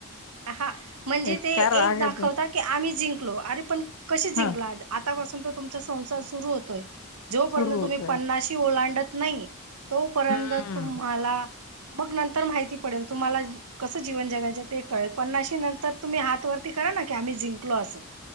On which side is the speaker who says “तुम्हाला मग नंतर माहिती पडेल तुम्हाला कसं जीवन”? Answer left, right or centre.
Right